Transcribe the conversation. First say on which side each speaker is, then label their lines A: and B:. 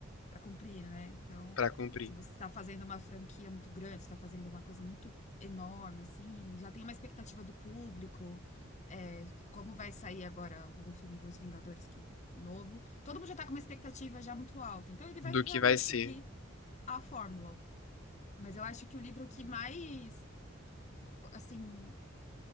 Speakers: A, on the left; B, on the left.
A: para cumprir, né? Então,
B: Pra cumprir.
A: se você está fazendo uma franquia muito grande, você está fazendo uma coisa muito enorme, assim, já tem uma expectativa do público. é, como vai sair agora um filme dos Vingadores que novo? Todo mundo já está com uma expectativa já muito alta. Então, ele vai
B: do
A: realmente
B: que vai ser.
A: seguir a fórmula. Mas eu acho que o livro que mais, assim,